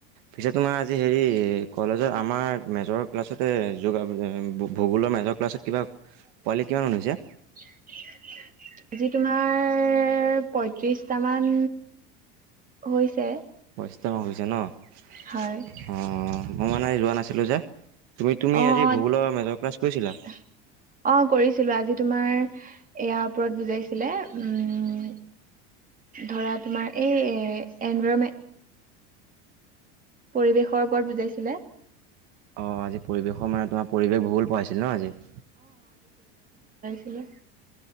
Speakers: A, on the right; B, on the right.
A: পিছে তোমাৰ আজি হেৰি, কলেজত আমাৰ মেজৰ ক্লাছতে য ভূগোল মাজৰ ক্লাছত কিবা পোৱালি কিমান মান হৈছে?
B: <unintelligible> আজি তোমাৰ পয়ত্ৰিশটামান হৈছে।
A: পয়ত্ৰিশ হৈছে ন। অঁ,
B: হয়
A: মই মানে যোৱা নাছিলোঁ যে তুমি তুমি
B: অ।
A: আজি
B: অ। অ,
A: ভূগোলৰ মেজৰ ক্লাছ কৰিছিলা
B: কৰিছিলো আজি তোমাৰ এয়াৰ ওপৰত বুজাইছিলে উম ধৰা তোমাৰ এই এনভৰমেট পৰিৱেশৰ ওপৰত বুজাইছিলে।
A: অ আজি পৰিৱেশৰ মানে তোমাৰ পৰিৱেশ ভূগোল পঢ়াইচিলে ন আজি।
B: কি <unintelligible>